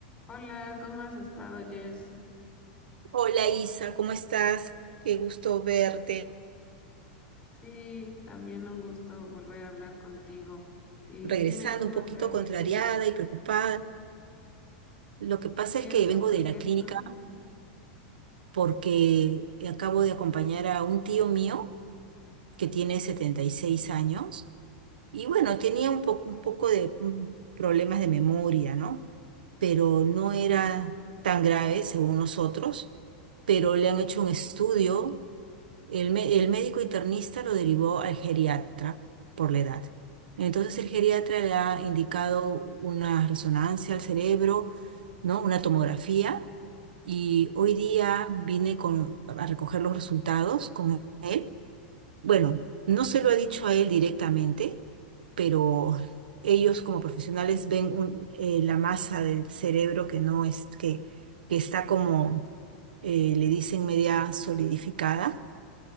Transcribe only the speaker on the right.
Hola Isa, ¿cómo estás? Qué gusto verte.
Regresando
un poquito
contrariada
y preocupada. Lo que pasa
es
que vengo
de
la clínica
porque acabo de acompañar a un tío mío que tiene 76 años y bueno, tenía un po- un poco de mm, problemas de memoria, ¿no? Pero no era tan grave según nosotros, pero le han hecho un estudio El, mé- el médico internista lo derivó al geriatra por la edad. Entonces el geriatra le ha indicado una resonancia al cerebro, ¿no? Una tomografía. Y hoy día vine con, a recoger los resultados con él. Bueno, no se lo he dicho a él directamente, pero ellos como profesionales ven un- eh, la masa del cerebro que no es, que, que está como, eh, le dicen, media solidificada